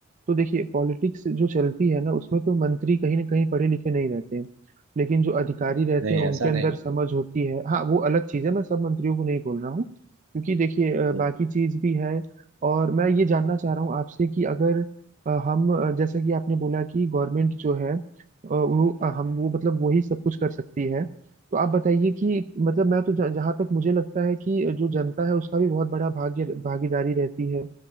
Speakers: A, on the right (about 35°); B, on the right (about 80°).
A: तो देखिए पॉलिटिक्स जो चलती है ना उसमें तो मंत्री कहीं ना कहीं पढ़े लिखे नहीं रहते हैं लेकिन जो अधिकारी रहते
B: नहीं
A: हैं उनके
B: ऐसा
A: अंदर
B: नहीं
A: समझ होती है हाँ वो अलग चीज़ है मैं सब मंत्रियों को नहीं बोल रहा हूँ क्योंकि देखिए अ,
B: जी
A: बाकी चीज़ भी है और मैं ये जानना चाह रहा हूँ आपसे कि अगर अ, हम अ, जैसा कि आपने बोला कि गवर्नमेंट जो है अ, वो अ, हम वो मतलब वही सब कुछ कर सकती है तो आप बताइए कि मतलब मैं तो जहां तक मुझे लगता है कि जो जनता है उसका भी बहुत बड़ा भाग्य भागीदारी रहती है